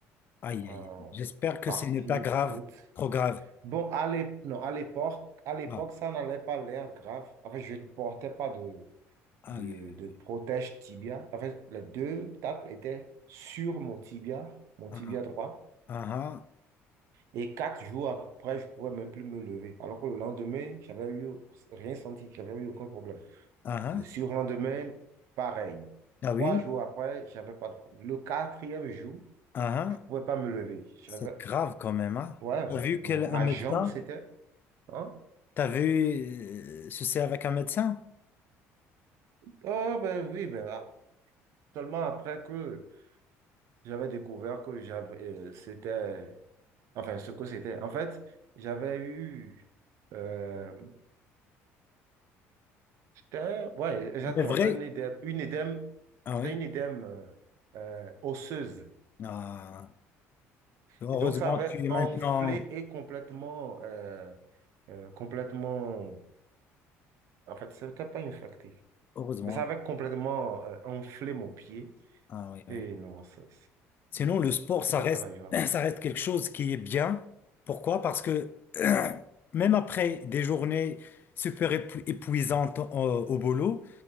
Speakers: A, on the left (about 40°); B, on the right (about 65°).
A: aïe,
B: euh,
A: aïe, aïe. J'espère que
B: partie
A: ce n'est pas grave,
B: de foot.
A: trop grave.
B: Bon, à l'ép- non, à l'époque, à l'époque,
A: Ah,
B: ça n'allait pas l'air grave. Enfin, je ne portais pas de, de,
A: aïe, aïe,
B: de
A: aïe.
B: protège tibia. Enfin, les deux tacles étaient sur mon tibia, mon tibia
A: Ah, ah,
B: droit.
A: ah,
B: Et quatre jours après, je ne pouvais même plus me lever. Alors que le lendemain, j'avais eu rien senti, j'avais eu aucun problème.
A: ah.
B: Le
A: ah.
B: surlendemain, pareil.
A: Ah
B: Trois
A: oui,
B: jours après, j'avais pas de problème. Le quatrième jour,
A: ah,
B: je
A: ah,
B: pouvais pas me lever. J'avais,
A: c'est grave quand même, hein.
B: ouais,
A: T'as
B: ouais.
A: Ouais. vu quel
B: Mon-
A: un
B: ma
A: médecin?
B: jambe, c'était, hein?
A: T'as vu euh, ceci avec un médecin?
B: Oh, ben oui, ben là. Seulement après que j'avais découvert que j'avais, euh, c'était, enfin, ce que c'était. En fait, j'avais eu, euh, c'était, ouais, exactement,
A: C'est vrai.
B: un édème, une édème,
A: Ah
B: c'était
A: oui.
B: une édème euh, euh, osseuse.
A: Ah, heureusement,
B: Et donc, ça avait
A: tu es
B: enflé
A: maintenant.
B: et complètement, euh, euh, complètement, en fait, c'était pas infecté.
A: Heureusement.
B: Mais ça avait complètement euh, enflé mon pied.
A: Ah oui, oui.
B: Et non, c'est-
A: Sinon, le sport,
B: c'était
A: ça reste,
B: pas la joie.
A: <clears throat> ça reste quelque chose qui est bien. Pourquoi? Parce que <clears throat> même après des journées super épu- épuisantes au, au boulot,